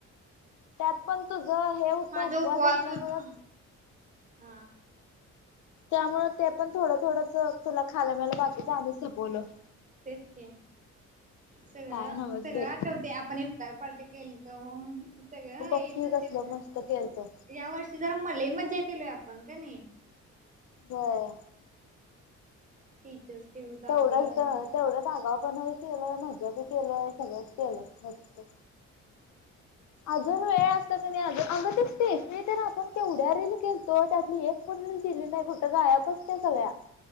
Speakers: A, on the left (about 65°); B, on the right (about 25°).
A: त्यात पण तुझ हे होतं
B: माझा
A: उपवास असल्यामुळं
B: होता हा
A: त्यामु ते पण थोडं थोडंच तुला खायला म्यालं बाकीच आ सपवलं
B: तेच की सगळं
A: काय नव्हच
B: सगळं
A: बाई
B: आठवते आपण काय पार्टी केली तवा हून थ
A: बघ की कसलं मस्त केलतो
B: या वर्षी जरा मल म लई केलोय आपण का नाही.
A: बरं.
B: <inaudible> आपलं
A: तेवढंच तेवढंच आगा पना बी केलंय मजा बी केलय सगळंच केलं मस्त अजून वेळ अस अग ते स्टेफी नाही तर आपण तेवढ्या रील केलतो त्यातली एक पण रील दिली नाही कुठं गय पत्या सगळ्या